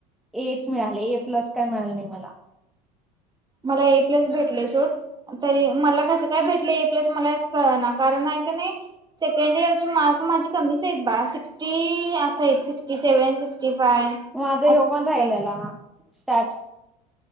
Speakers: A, in the centre; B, on the right (about 20°).
A: ए च मिळाले ऐ प्लस काय मिळाले नाही मला
B: मला ऐ प्लस भेटलय सोड तरी मला कसं काय भेटले ऐ प्लस मलाच कळणा कारण हाय का नायी सेकंड इयरचे मार्क माझे कमीचयत बा सिक्स्टी असय सिक्स्टी सेव्हन सिक्स्टी फाय
A: माझा ह्यो
B: असं
A: पण राहिलेला, स्टार्ट